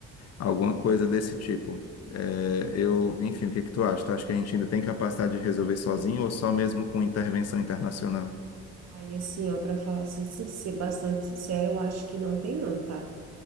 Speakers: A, on the left (about 55°); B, on the right (about 60°).
A: Alguma coisa desse tipo. É, eu, enfim, o que que tu acha? Tu acha que a gente ainda tem capacidade de resolver sozinho ou só mesmo com intervenção internacional?
B: Aí, assim, ó, para falar, ser, sin- ser bastante sincera, eu acho que não tem não, tá?